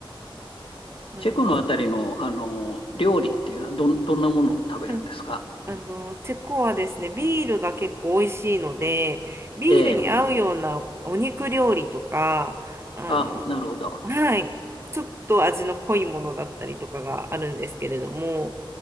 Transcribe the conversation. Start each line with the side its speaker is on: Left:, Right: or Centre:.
Right: あの、
Left: チェコのあたりの、あの料理っていうのはどん、どんなものを食べるんですか
Right: うんあの、チェコはですね、ビールが結構美味しいので、ビールうに合うん。
Left: ええ
Right: ようなお肉料理とか、あの、
Left: あ、なるほど。
Right: はい、ちょっと味の濃いものだったりとかがあるんですけれども、